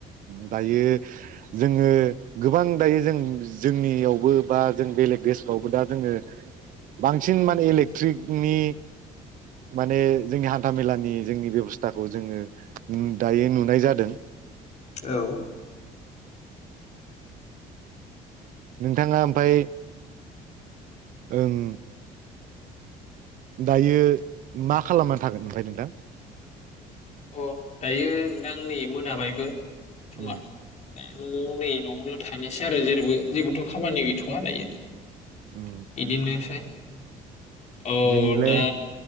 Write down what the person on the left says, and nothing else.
औ।
अ दायो नोंथां नै मोनाबायबो। समा।
न'आव नै न'आवनो थानोसै आरो जेबोथ खामानि गैथ'वा दायो।
इदिननोसै। औ
दा।